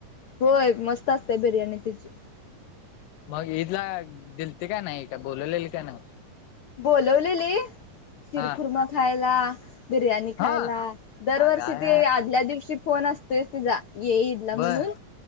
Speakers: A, on the left; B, on the left.
A: होय मस्त असते बिर्याणी तिची.
B: मग ईदला दिलते काय नाही त्या बोलवलले का नाही?
A: बोलवलेली शीरखुर्मा
B: हा
A: खायला, बिर्याणी खायला
B: हा
A: दरवर्षी
B: अ काय
A: ते आदल्या दिवशी फोन असतोय तिचा ये ईदला
B: बर
A: म्हणून.